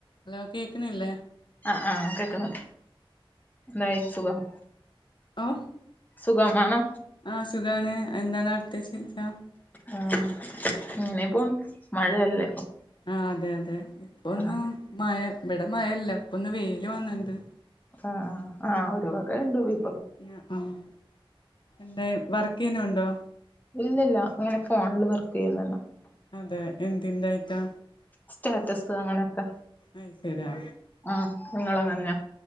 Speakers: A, on the left (about 55°); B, on the left (about 20°).
A: Hello കേക്കണില്ലേ
B: ആഹ് ആഹ് കേക്കുന്നുണ്ട് എന്തായി സുഖം
A: ഒ
B: സുഖമാണ്
A: ആഹ് സുഖാണ് എന്താണ് അടുത്തേ വിശേഷം
B: ആ ഇന്നിപ്പൊ മഴയല്ലേ ഇപ്പൊ
A: ആഹ് അതെ അതെ ഇപ്പൊന്നും
B: ആഹ്
A: മഴ ഇവിടെ മഴല്ല ഇപ്പൊന്ന് വെയില് വന്നണ്ട്
B: ആഹ് ആഹ് ഒരു വക ഉണ്ട് പോയി
A: ആഹ് ആഹ് എന്തായി വർക്ക് ചെയന്ന് ഉണ്ടോ
B: ഇല്ലില്ല ഇങ്ങനെ ഫോണിൽ വർക്ക് ചെയ്യുന്നല്ല
A: അതെ എതിൻ്റെ ആയിട്ടാ
B: സ്റ്റാറ്റസ് അങ്ങനെയൊക്കെ
A: അത് ശരിയാ
B: ആ നിങ്ങളങ്ങനെയ